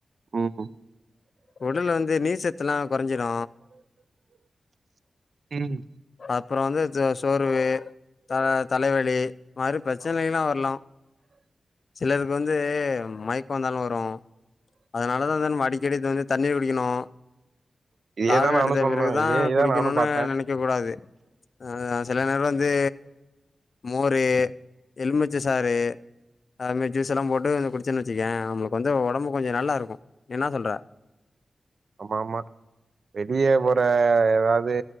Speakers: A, on the right; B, on the left.
A: ம்
B: உடல் வந்து நீர் சத்துல்லா குறஞ்சிரு
A: ம்
B: அப்றோ வந்து த சோர்வு தல தலைவலி மாதிரி ப்ரச்சனல்லா வர்லா சிலருக்கு வந்து மயக்கோ வந்தாலு வரு அதனாலதா வந்து நம்ம அடிக்கடி வந்து தண்ணீ குடிக்கிணு
A: இதேதா
B: தாகோ
A: நானு
B: எடுத்த
A: சொன்னே
B: பிறகுதா
A: இதே இதா
B: குடிக்கணும்னு
A: நானு பாத்தே
B: நெனைக்க கூடாது எனது ஆசல்லா <unintelligible> வந்து மோரு எலுமிச்ச சாரு அதுமாரி ஜூஸ்ல்லா போட்டு கொஞ்சோ குடிச்சன்னு வச்சிக்கையே நம்பளுக்கு வந்து ஒடம்பு கொஞ்சோ நல்லாயிருக்கு என்னா சொல்ற
A: ஆமா ஆமா வெளியே போற ஏதாவ்து